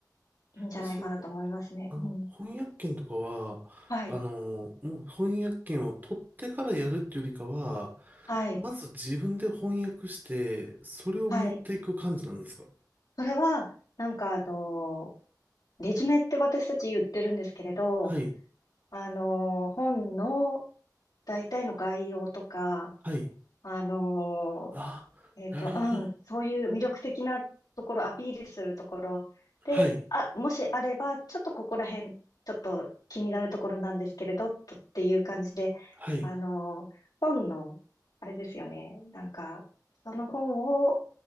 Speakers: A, on the left; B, on the right.
A: いいんじゃないかなと思いますね。
B: でその、あの、
A: うん。
B: 翻訳権とかは、
A: はい。
B: あの、もう翻訳権を取ってからやるっていうよりかは、
A: はい。
B: まず自分で翻訳して、それを持っていく感じなんですか
A: はい。それは、なんかあの、レジュメって私たち言ってるんですけれど、
B: はい、
A: あの、本の大体の概要とか、
B: はい。
A: あの、
B: あ、
A: えっと、
B: なるほど。
A: うん、そういう魅力的なところ、アピールするところで、
B: はい、
A: あ、もしあれば、ちょっとここら辺、ちょっと気になるところなんですけれど、とっていう感じで、
B: はい。
A: あの、本の、あれですよね、なんか、その本を